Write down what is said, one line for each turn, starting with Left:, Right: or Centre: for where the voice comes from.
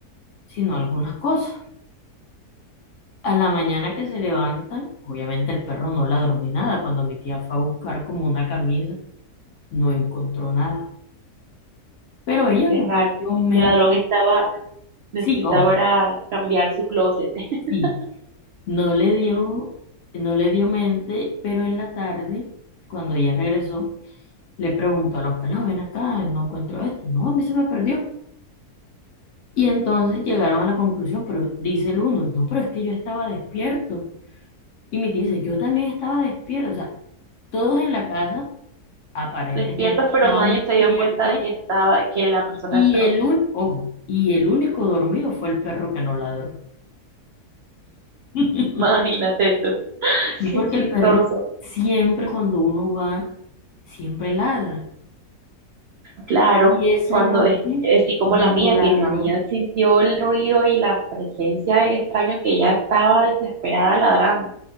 Left: sino algunas cosas. A la mañana que se levantan, obviamente el perro no ladró ni nada. Cuando mi tía fue a buscar como una camisa, no encontró nada. Pero ella
Right: qué
Left: no
Right: raro.
Left: le dio mente.
Right: Ese ladrón estaba, necesitaba
Left: Sí, ojo,
Right: era cambiar su closet. <laughs>
Left: sí, no le dio, no le dio mente, pero en la tarde, cuando ella regresó, le preguntó a los pelados, ven acá, no encuentro esto. No, a mí se me perdió. Y entonces llegaron a la conclusión, pero dice el uno, no, pero es que yo estaba despierto. Y me dice, yo también estaba despierto, o sea, todos en la casa aparentemente
Right: Despierto, pero
Left: estaban
Right: nadie
Left: despiertos
Right: se dio cuenta de que estaba, que la persona
Left: y
Right: entró.
Left: el un, ojo, y el único dormido fue el perro que no ladró. <laughs>
Right: Imagínate tú, <laughs>
Left: Y
Right: qué
Left: porque
Right: chistoso.
Left: el perro siempre cuando uno va, siempre ladra.
Right: Claro,
Left: Y esa
Right: cuando
Left: noche
Right: es es así como
Left: no
Right: la mía,
Left: ladró,
Right: que la mía sintió el ruido y la presencia del extraño que ya estaba desesperada ladrando.